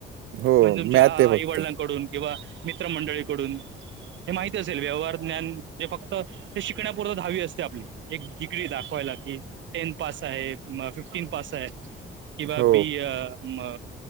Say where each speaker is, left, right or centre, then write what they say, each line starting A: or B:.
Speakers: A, on the right; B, on the right.
A: हो
B: म्हणजे तुमच्या
A: मॅथ आहे
B: आईवडिलांकडून
A: फक्त
B: किंवा मित्र मंडळीकडून, हे माहती असेल. व्यवहार ज्ञान म्हणजे फक्त ते शिकण्यापूर्त दहावी असते आपली, एक डिग्री दाखवायला की टेन पास आहे. म फिफ्टीन पास आहे, किंवा
A: हो
B: बी य म